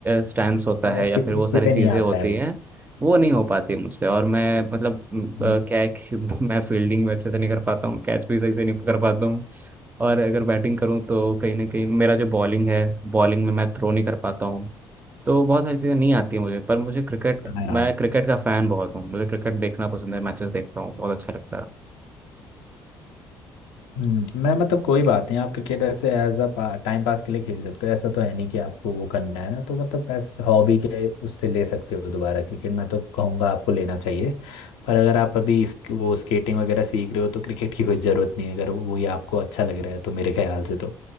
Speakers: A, on the right; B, on the left.
A: स्टैंड
B: <laughs>
A: होता
B: हाँ
A: है
B: वो
A: या
B: किसी
A: फिर वो
B: किसी
A: सारी
B: पे
A: चीज़ें
B: नहीं आता
A: होती
B: है वो
A: हैं वो नहीं हो पाती मुझसे और मैं मतलब म, अ,
B: हम्म,
A: क्या है कि <laughs> मैं फील्डिंग में अच्छे से नहीं कर पाता हूँ कैच भी सही से नहीं पकड़ पाता हूँ और अगर बैटिंग करूँ तो कहीं ना कहीं मेरा जो बॉलिंग है बॉलिंग में मैं थ्रो नहीं कर पाता हूँ तो बहुत सारी चीज़ें नहीं आती हैं मुझे पर मुझे क्रिकेट
B: हाँ
A: मैं
B: यार
A: क्रिकेट का फ़ैन बहुत हूँ मुझे क्रिकेट देखना पसंद है मैचेस देखता हूँ बहुत अच्छा लगता है
B: हम्म, तो मैं मतलब कोई बात नहीं आप क्रिकेट ऐसे एज अ टाइम पास के लिए खेल सकते हो ऐसा तो है नहीं कि आपको वो करना है ना तो मतलब ऐसे हॉबी के उससे ले सकते हो दोबारा क्रिकेट मैं तो कहूँगा आपको लेना चाहिए पर अगर आप अभी इस, वो स्केटिंग वगैरह सीख रहे हो तो क्रिकेट की कोई ज़रूरत नहीं है अगर वो ही आपको अच्छा लग रहा है तो मेरे ख्याल से तो